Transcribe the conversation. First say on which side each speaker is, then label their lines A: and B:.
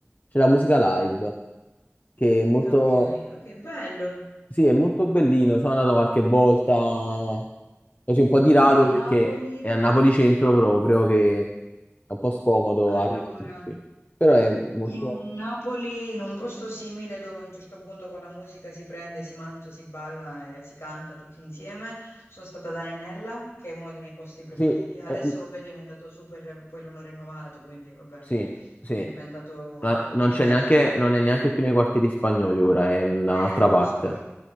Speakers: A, on the left; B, on the left.
A: c'è la musica live, che è molto
B: ok, ok, bello.
A: sì, è molto bellino, sono andato qualche volta, così un po' di rado
B: Io a
A: perché
B: Napoli,
A: è a Napoli centro proprio, che è un po' scomodo
B: allora.
A: arrivarci. Però è, è molto...
B: Io a Napoli, in un posto simile dove a un certo punto con la musica si prende, si mangia, si balla e si canta tutti insieme, sono stata ad Arenella, che è uno dei miei posti preferiti.
A: Sì,
B: Adesso
A: è-
B: vabbè è diventato super, poi l'hanno rinnovato, quindi vabbè
A: sì, sì,
B: è diventato,
A: La-
B: è
A: non
B: diverso.
A: c'è neanche, non è neanche più nei quartieri spagnoli ora, è mm, da
B: Eh,
A: un'altra
B: lo
A: parte.
B: so,